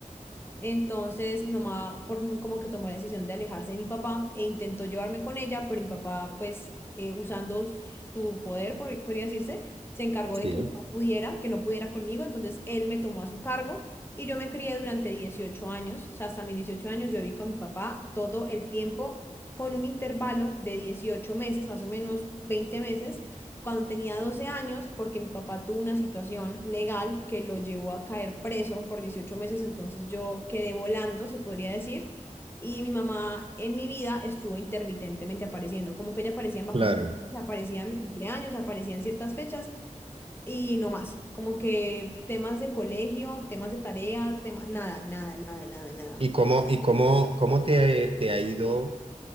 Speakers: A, on the left; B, on the right.
A: entonces mi mamá por fin como que tomó la decisión de alejarse de mi papá e intentó llevarme con ella, pero mi papá pues eh, usando su poder, por- podría decirse, se encargó
B: sí,
A: de que no pudiera, que no pudiera conmigo, entonces él me tomó a su cargo y yo me crié durante 18 años, o sea, hasta mis 18 años yo viví con mi papá todo el tiempo con un intervalo de 18 meses, más o menos 20 meses cuando tenía doce años porque mi papá tuvo una situación legal que lo llevó a caer preso por dieciocho meses, entonces yo quedé volando, se podría decir, y mi mamá en mi vida estuvo intermitentemente apareciendo, como que ella aparecía en vacaciones,
B: claro.
A: aparecía en mi cumpleaños, aparecía en ciertas fechas y no más, como que temas de colegio, temas de tarea, temas, nada, nada, nada, nada, nada.
B: ¿Y cómo, y cómo, cómo te, te ha ido